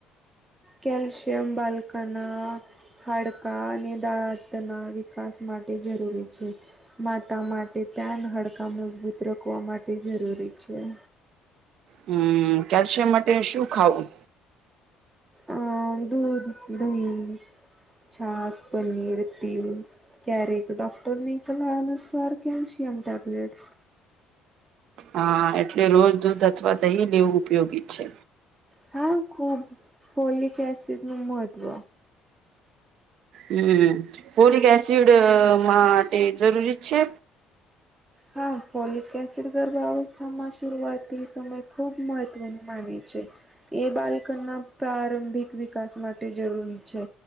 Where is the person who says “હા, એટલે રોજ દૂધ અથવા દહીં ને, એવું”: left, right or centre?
Right